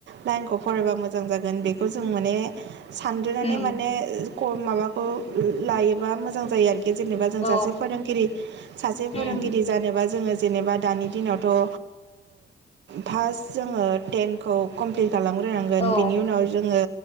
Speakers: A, on the right (about 80°); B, on the left (about 35°).
A: लाइनखौ फरायबा मोजां जायो। जागोन बेखौ जों माने सानग्रोनानै
B: उम
A: माने खम माबाखौ लायोबा मोजां जायो आरो खि जेनेबा जों
B: औ
A: सासे फोरोंगिरि सासे
B: उम
A: फोरोंगिरि जानोबा जोङो जेनेबा दानि दिनावथ'ओ फास जोङो टेनखौ कमप्लिट खालामग्रोनांगोन
B: औ
A: बिनि उनाव जोङो